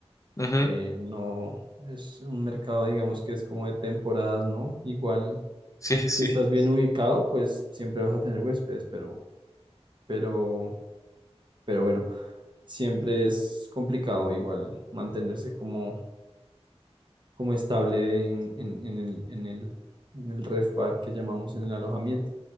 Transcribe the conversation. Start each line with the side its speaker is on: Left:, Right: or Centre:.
Left: ujú.
Right: eh, no es un mercado, digamos que es como de temporadas, ¿no? Igual,
Left: Sí, <laughs> sí.
Right: si estás bien ubicado, pues siempre vas a tener huéspedes, pero, pero, pero bueno, siempre es complicado igual mantenerse como, como estable en, en, en el, en el, en el ref bar que llamamos en el alojamiento.